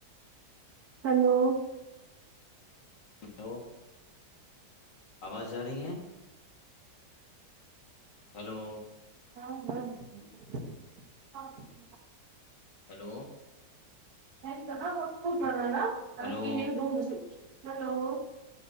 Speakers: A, on the right; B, on the left.
A: ہلو
B: ہو آواز جا رہی ہے ہیلو
A: ہاں ہاںاں <unintelligible>
B: ہیلو
A: نہیں پ پرا
B: ہلو
A: د م سے ہلو <unintelligible>